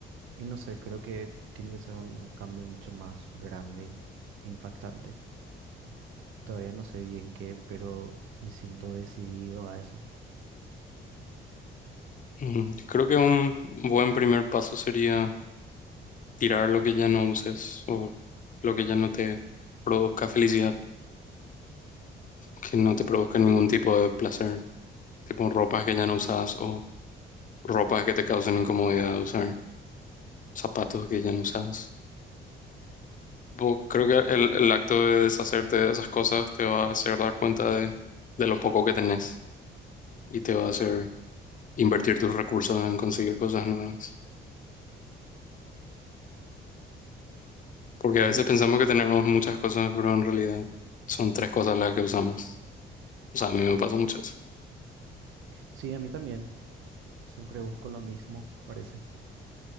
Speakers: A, on the right; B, on the left.
A: y no sé, creo que tiene que ser un cambio mucho más grande e impactante. Y todavía no sé bien qué, pero me siento decidido a eso.
B: Ujú. Creo que un buen primer paso sería tirar lo que ya no uses o lo que ya no te produzca felicidad, que no te produzca ningún tipo de placer, tipo ropas que ya no usas o ropas que te causen incomodidad de usar, zapatos que ya no usas. Bo- Creo que el, el acto de deshacerte de esas cosas te va a hacer dar cuenta de, de lo poco que tenés y te va a hacer invertir tus recursos en conseguir cosas nuevas. Porque
A: Vos
B: a veces
A: de-
B: pensamos que tenemos muchas cosas, pero en realidad son tres cosas las que usamos. O sea, a mí me pasa mucho eso.
A: sí, a mí también. Siempre busco lo mismo, parece.